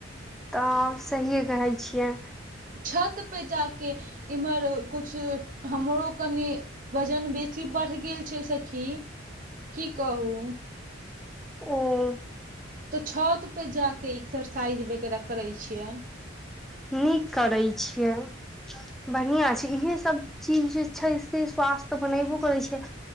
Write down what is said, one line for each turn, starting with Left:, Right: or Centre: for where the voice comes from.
Centre: तऽ सहिए कहै छियै
Right: छत पे जाके इम्हर कछु हमरो कनि वजन बेसी बढ़ गेल छै सखी की कहू
Centre: ओ
Right: तऽ छतपर जाके एक्सरसाइज वगैराह करै छियै
Centre: नीक करै छियै बढ़िआँ छै इहे सब चीज जे छै से स्वास्थ बनेबो करै छै